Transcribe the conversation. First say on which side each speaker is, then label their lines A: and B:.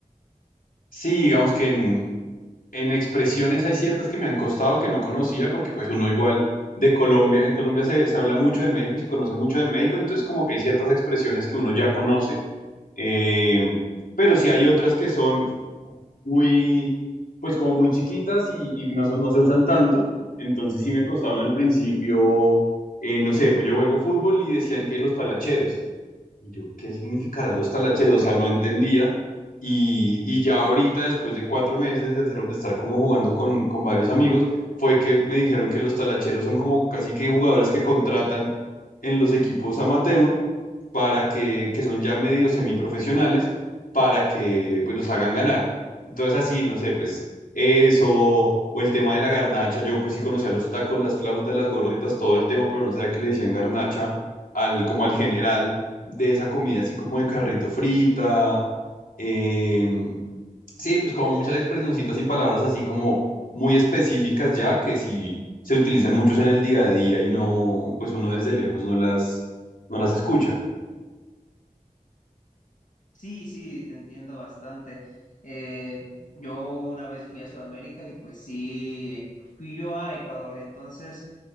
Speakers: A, on the left (about 90°); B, on the left (about 65°).
A: Sí, digamos que en- En expresiones hay ciertas que me han costado que no conocía porque pues uno igual de Colombia, en Colombia se, se habla mucho de México y se conoce mucho de México, entonces como que hay ciertas expresiones que uno ya conoce, eh, pero sí hay otras que son muy, pues como muy chiquitas y, y no, son- no se usan tanto, entonces sí me costaron al principio, eh, no sé, pues yo juego fútbol y decían que los talacheros. Y yo, ¿qué significará los talacheros? O sea, no entendía. Y, y ya ahorita, después de cuatro meses de, hacer- de estar como jugando con, con varios amigos, fue que me dijeron que los talacheros son como casi que jugadores que contratan en los equipos amateur para que, que son ya medio semiprofesionales, para que pues los hagan ganar. Entonces así, no sé, pues eso, o el tema de la garnacha, yo pues sí conocía los tacos, las flautas, las gorditas, todo el tema, pero no sabía que le decían garnacha al, como al general de esa comida así como de carrito frita. eh, sí, pues como muchas expresioncitas y palabras así como muy específicas ya que sí se utilizan muchos en el día a día y no, pues uno desde lejos no las, no las escucha.
B: Sí, sí, te entiendo bastante. Eh, yo una vez fui a Sudamérica y pues sí, fui yo a Ecuador. Entonces,